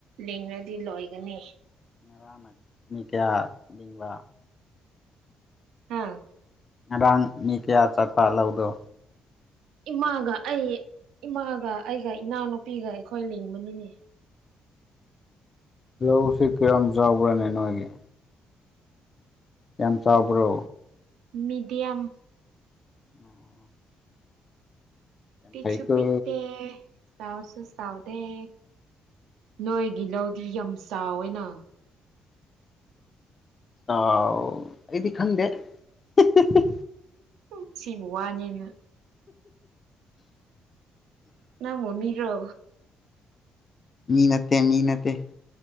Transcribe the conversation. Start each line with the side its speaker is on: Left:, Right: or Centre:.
Right: ꯂꯤꯡꯉꯥꯗꯤ ꯂꯣꯏꯒꯅꯤ
Left: ꯉꯔꯥꯡꯅ ꯃꯤ ꯀꯌꯥ ꯂꯤꯡꯕ
Right: ꯑꯥ
Left: ꯉꯔꯥꯡ ꯃꯤ ꯀꯌꯥ ꯆꯥꯇꯥ ꯂꯧꯗꯣ
Right: ꯏꯃꯥꯒ ꯑꯩ ꯏꯃꯥꯒ ꯑꯩꯒ ꯏꯅꯥꯎꯅꯨꯄꯤꯒ ꯑꯩꯈꯣꯏ ꯂꯤꯡꯕꯅꯤꯅꯦ
Left: ꯂꯧꯁꯤ ꯀꯌꯥꯝ ꯆꯥꯎꯕ꯭ꯔꯅ‌ꯦ ꯅꯣꯏꯒꯤ ꯌꯥꯝ ꯆꯥꯎꯕ꯭ꯔꯣ
Right: ꯃꯤꯗꯤꯌꯝ
Left: ꯑꫭ ꯑꫭ ꯑꫭ
Right: ꯄꯤꯛꯁꯨ
Left: ꯐꯩꯀꯣ
Right: ꯄꯤꯛꯇ‍ꯦ ꯆꯥꯎꯁꯨ ꯆꯥꯎꯇ‌ꯦ ꯅꯣꯏꯒꯤ ꯂꯧꯗꯤ ꯌꯥꯝ ꯆꯥꯎꯋꯦꯅ
Left: ꯑꯥꯎ ꯑꯩꯗꯤ ꯈꯪꯗꯦ ꯍꯤ ꯍꯤ ꯍꯤ
Right: ꯎꯝ ꯁꯤꯕꯨ ꯋꯥꯅꯦꯅ ꯅꯪꯕꯨ ꯃꯤꯔꯣ
Left: ꯃꯤ ꯅꯠꯇꯦ ꯃꯤ ꯅꯠꯇꯦ